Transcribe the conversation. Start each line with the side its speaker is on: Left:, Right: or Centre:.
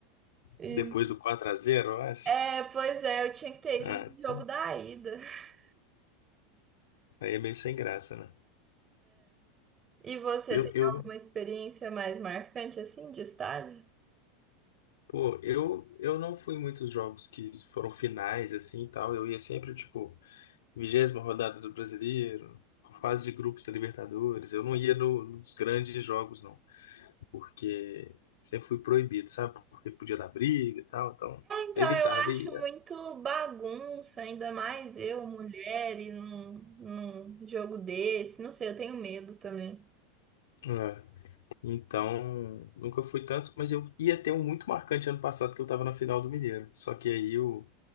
Right: E-
Left: depois do quatro a zero, eu acho.
Right: é, pois é, eu tinha que ter
Left: Ah,
Right: ido no
Left: então,
Right: jogo da ida. <laughs>
Left: aí é meio sem graça, né?
Right: E você
Left: Eu,
Right: tem
Left: eu,
Right: alguma experiência mais marcante assim de estádio?
Left: pô, eu, eu não fui em muitos jogos que foram finais, assim e tal. Eu ia sempre, tipo. Vigésima rodada do Brasileiro, fase de grupos da Libertadores. Eu não ia no- nos grandes jogos, não, porque sempre fui proibido, sabe? Porque podia dar briga e tal, então
Right: Então,
Left: evitava
Right: eu acho
Left: e
Right: muito
Left: ia.
Right: bagunça, ainda mais eu, mulher, e num, num jogo desse. Não sei, eu tenho medo também.
Left: É. É. Então, nunca fui tanto, mas eu ia ter um muito marcante ano passado que eu tava na final do Mineiro. Só que aí o